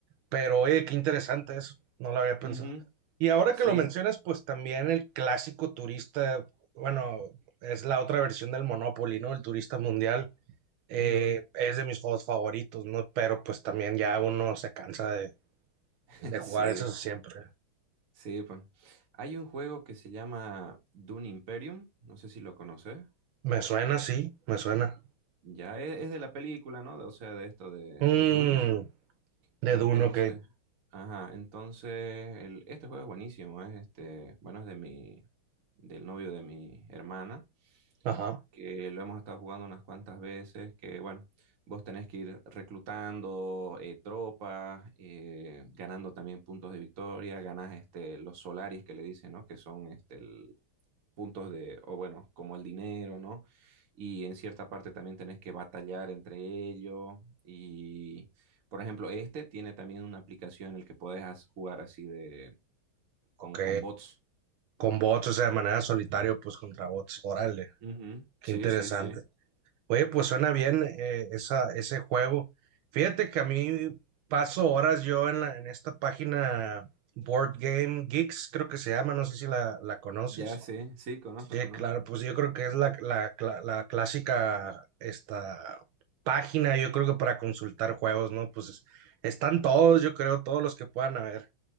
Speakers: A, on the right; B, on the right.
A: pero oye, qué interesante eso, no lo había pensado.
B: Ujú,
A: Y ahora
B: Sí,
A: que lo mencionas, pues también el clásico turista, bueno, es la otra versión del Monopoly, ¿no? El turista mundial eh,
B: ujú,
A: es de mis juegos favoritos, ¿no? Pero pues también ya uno se cansa de,
B: <laughs>
A: de jugar
B: Sí,
A: eso siempre.
B: sí, pues. Hay un juego que se llama Dune Imperium, no sé si lo conoces.
A: Me suena, sí, me suena.
B: Ya es, es de la película, ¿no? O sea, de esto de,
A: Mm,
B: de Dune.
A: de
B: Entonces,
A: Duno, ok.
B: ajá, entonces el, este juego es buenísimo, es este, bueno, es de mi, del novio de mi hermana,
A: Ajá,
B: que lo hemos estado jugando unas cuantas veces, que bueno, vos tenés que ir reclutando eh, tropas, eh, ganando también puntos de victoria, ganás este, los solaris que le dicen, ¿no? Que son este, puntos de, o bueno, como el dinero, ¿no? Y en cierta parte también tenés que batallar entre ellos. Y, por ejemplo, este tiene también una aplicación en la que podés as- jugar así de, con,
A: ok.
B: con bots.
A: con bots, o sea, de manera solitario, pues contra bots. Órale,
B: Ujú, ujú.
A: qué
B: Sí,
A: interesante.
B: sí, sí.
A: Oye, pues suena bien eh, esa, ese juego. Fíjate que a mí paso horas yo en, la- en esta página Board Game Geeks, creo que se llama, no sé si la, la conoces.
B: Ya sé, sí, conozco,
A: Sí,
B: conozco.
A: claro, pues yo creo que es la, la, cla- la clásica esta página, yo creo que para consultar juegos, ¿no? Pues están todos, yo creo, todos los que puedan haber.